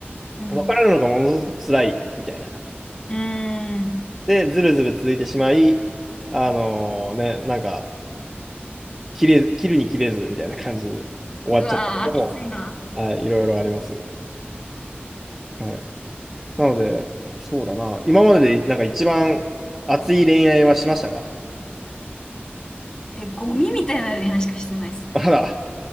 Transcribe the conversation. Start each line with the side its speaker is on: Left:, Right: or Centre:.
Left: うん。
Centre: 分からるのがものすごく辛い、みたいな。
Left: うーん。
Centre: で、ずるずる続いてしまい、あのね、なんか、切れ、切るに切れずみたいな感じに終わっちゃったことも、
Left: うわー、きついな。
Centre: はい、いろいろあります。はい。なので、そうだな。今までで、なんか一番熱い恋愛はしましたか
Left: え、ゴミみたいな恋愛しかしてないですね。
Centre: あら。